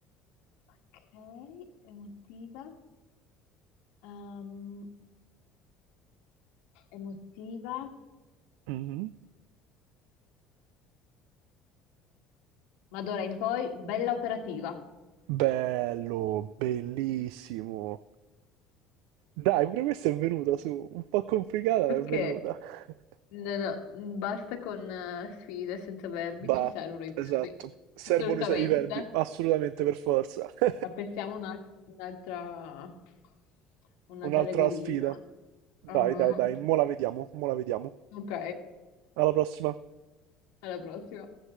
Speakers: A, on the left; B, on the right.
A: Ok, emotiva. Ehm, emotiva.
B: Mhm.
A: Ma d'ora in poi, bella operativa.
B: Bello, bellissimo. Dai, pure questa è venuta su, un po' complicata, ma
A: Ok,
B: è venuta. <laughs>
A: no, no, basta con eh, sfide senza verbi,
B: Bah,
A: ci servono i
B: esatto.
A: verbi.
B: Servono
A: Assolutamente.
B: i, i verbi, assolutamente, per forza. <laughs>
A: Ma Pensiamo una- un'altra un'altra
B: Un'altra
A: regolina.
B: sfida.
A: Ah,
B: Dai, dai, dai, mo la vediamo, mo la vediamo.
A: Ok,
B: Alla prossima.
A: alla prossima.